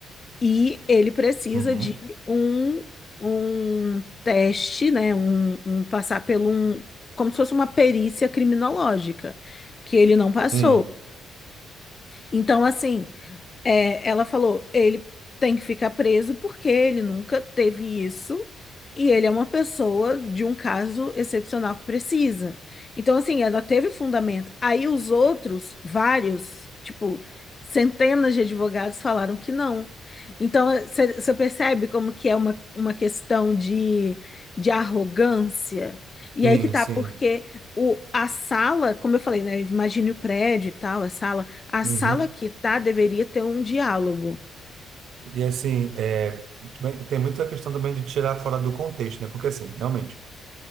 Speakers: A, on the left; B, on the right.
A: e ele precisa
B: Uhum.
A: de um, um teste, né, um, um passar pelo um, como se fosse uma perícia criminológica, que ele não passou.
B: Sim,
A: Então, assim, é, ela falou, ele tem que ficar preso porque ele nunca teve isso e ele é uma pessoa de um caso excepcional que precisa. Então, assim, ela teve fundamento. Aí os outros, vários, tipo, centenas de advogados falaram que não. Então, você percebe como que é uma, uma questão de, de arrogância? E
B: sim,
A: aí que tá,
B: sim.
A: porque o, a sala, como eu falei, né? Imagine o prédio e tal, a sala a
B: Uhum.
A: sala que tá deveria ter um diálogo.
B: E assim, é, tem muita a questão também de tirar fora do contexto, né? Porque assim, realmente,